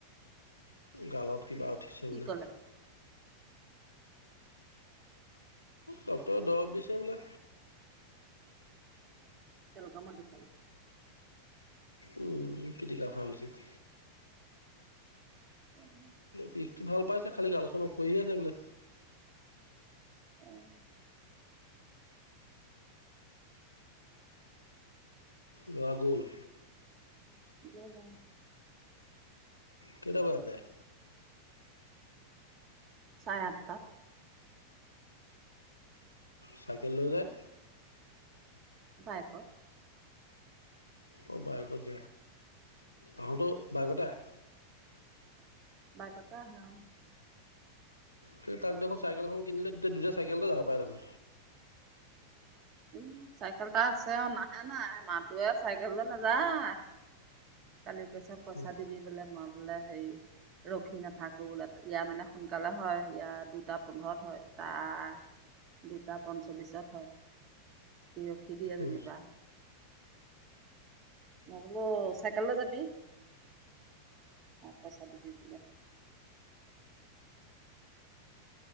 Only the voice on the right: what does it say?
কলে
চ গ ম দুষ পালে
উম
উম
গ'ল
চাৰে আঠ তাত
বাইকত
বাই কতে আহে ও
উ চাইকেল এটা আছে অ নাহে নাই মোৱে চাইকেললৈ নাযায় কালি পইছত পইচা
দিবি বোলে মই বোলে হেৰি ৰখি নাথাকো বোলে ইয়াৰ মানে সোনকালে হয় ইয়াৰ দুটা পোন্ধৰত হয় তাৰ দুটা পঞ্চল্লিশত হয় সি ৰখি দিয়ে যেনিবা
নবোলো চাইকেললৈ যাবি অ পইচা দিবি বোলে